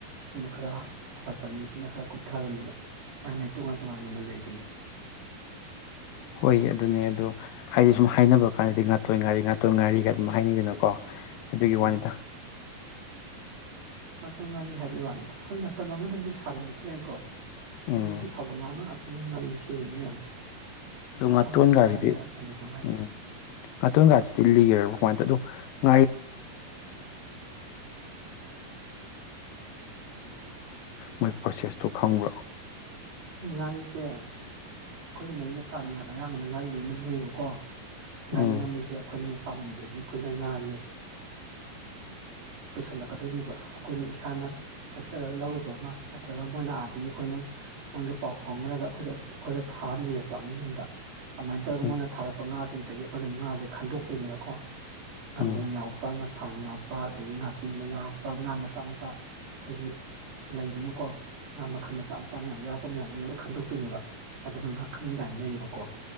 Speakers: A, on the right (about 80°); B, on the left (about 85°).
A: ꯁꯤꯅ ꯈꯔ ꯆꯥꯎꯈꯠꯄꯅꯤ ꯁꯤꯅ ꯈꯔ ꯀꯨꯞꯊꯕꯅꯤꯅ ꯃꯥꯏ ꯃꯥꯏ ꯇꯣꯉꯥꯟ ꯇꯣꯉꯥꯟꯕ ꯃꯃꯜ ꯂꯩꯗꯨꯅꯤ
B: ꯍꯣꯏ ꯑꯗꯨꯅꯦ ꯑꯗꯣ ꯍꯥꯏꯗꯤ ꯁꯨꯝ ꯍꯥꯏꯅꯕ ꯀꯥꯟꯗꯗꯤ ꯉꯥꯇꯣꯟ ꯉꯥꯔꯤ ꯉꯥꯇꯣꯟ ꯉꯥꯔꯤꯒ ꯑꯗꯨꯝ ꯍꯥꯏꯅꯩꯗꯅꯀꯣ ꯑꯗꯨꯒꯤ
A: ꯎꯝ
B: ꯋꯥꯅꯤꯗ
A: ꯉꯥꯛꯇꯣꯟ ꯉꯥꯔꯤ ꯍꯥꯏꯕꯩ ꯋꯥꯅꯤꯗ ꯍꯣꯏ ꯃꯇꯝ ꯑꯃꯗꯗꯤ ꯁꯥꯔꯝꯕꯁꯨ ꯌꯥꯏꯀꯣ
B: ꯎꯝ
A: ꯍꯧꯖꯤꯛꯇꯤ ꯐꯕꯣꯡꯉꯥꯅ ꯉꯥꯇꯅꯤ ꯉꯥꯔꯤ ꯁꯦꯝꯃꯤ ꯃꯌꯥꯝꯁꯦ
B: ꯑꯗꯨ ꯉꯥꯇꯣꯟꯒꯥꯖꯤꯗꯤ
A: ꯁꯣꯝꯗꯁꯨ ꯉꯥꯏꯔꯦ ꯑꯁꯣꯝꯗꯁꯨ ꯉꯥꯏꯔꯦ
B: ꯎꯝ ꯉꯥꯇꯣꯟꯒꯥꯁꯤꯗꯤ ꯂꯤꯔꯕ ꯀꯃꯥꯏꯟ ꯇꯧ ꯑꯗꯨ <unintelligible> ꯃꯣꯏ ꯄ꯭ꯔꯣꯁꯦꯁꯇꯣ ꯈꯪꯕ꯭ꯔꯣ
A: <inaudible> ꯉꯥꯔꯤꯁꯦ ꯑꯩꯈꯣꯏꯒꯤ ꯃꯔꯤ ꯃꯇꯥ ꯃꯌꯥꯝ ꯑꯌꯥꯝꯕꯅ ꯉꯥꯔꯤ ꯂꯣꯏ ꯅꯝꯅꯩꯑꯕꯀꯣ ꯉꯥꯔꯤ
B: ꯎꯝ
A: ꯅꯝꯕꯁꯦ ꯑꯩꯈꯣꯏꯅ ꯄꯥꯟꯂꯝꯗꯒꯤ ꯑꯩꯈꯣꯏꯅ ꯉꯥꯖꯦ ꯄꯨꯟꯁꯜꯂꯛꯀꯗꯣꯏꯅꯦꯕ ꯑꯩꯈꯣꯏꯅ ꯏꯁꯥꯅ ꯆꯠꯆꯔꯒ ꯂꯧꯔꯨꯕ ꯑꯃ ꯅꯠꯇ꯭ꯔꯒ ꯃꯣꯏꯅ ꯑꯥꯗꯒꯤ ꯑꯩꯈꯣꯏꯅ ꯃꯣꯏꯒ ꯄꯥꯎ ꯐꯥꯎꯅꯔꯒ ꯑꯩꯈꯣꯏꯗ ꯑꯩꯈꯣꯏꯗ ꯊꯥꯍꯟꯕꯤꯔꯛꯄ ꯑꯃ ꯌꯨꯝꯗ ꯑꯗꯨꯃꯥꯏꯟ ꯇꯧꯔꯒ
B: ꯎꯝ
A: ꯃꯣꯏꯅ ꯊꯥꯔꯛꯄ ꯉꯥꯁꯤꯗꯒꯤ ꯑꯩꯈꯣꯏꯅ ꯉꯥꯁꯦ ꯈꯟꯗꯣꯛꯇꯣꯏꯅꯦꯕꯀꯣ ꯉꯥꯃꯨ
B: ꯎꯝ
A: ꯌꯥꯎꯕ ꯉꯁꯥꯡ ꯌꯥꯎꯕ ꯑꯗꯩ ꯉꯥꯄꯦꯝꯃ ꯌꯥꯎꯔꯛꯄ ꯉꯥ ꯃꯆꯥ ꯃꯆꯥ ꯑꯩꯈꯣꯏꯒꯤ ꯂꯩꯗꯅꯀꯣ ꯉꯥ ꯃꯈꯟ ꯃꯆꯥ ꯃꯆꯥ ꯃꯌꯥꯝ ꯌꯥꯎꯔꯛꯄ ꯃꯌꯥꯝꯗꯣ ꯑꯃꯨꯛ ꯂꯣꯏ ꯈꯟꯗꯣꯛꯇꯣꯏꯅꯦꯕ ꯑꯗꯨꯅ ꯉꯥꯈꯟ ꯀꯥꯏꯅ ꯂꯩꯌꯦꯕꯀꯣ